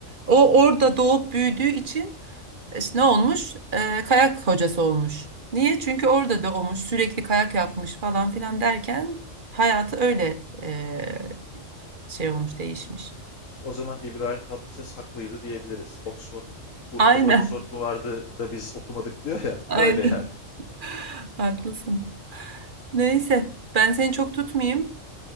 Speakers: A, on the right; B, on the left.
A: O orada doğup büyüdüğü için İşte ne olmuş? Ee, kayak hocası olmuş. Niye? Çünkü orada doğmuş, sürekli kayak yapmış falan filan derken hayatı öyle e, şey olmuş, değişmiş.
B: O zaman İbrahim Tatlıses haklıydı diyebiliriz. Oxford, Urfa'da
A: Aynen,
B: Oxford mu vardı da biz okumadık diyor ya.
A: <laughs>
B: <laughs>
A: aynen.
B: Öyle yani.
A: Haklısın. Neyse, ben seni çok tutmayayım.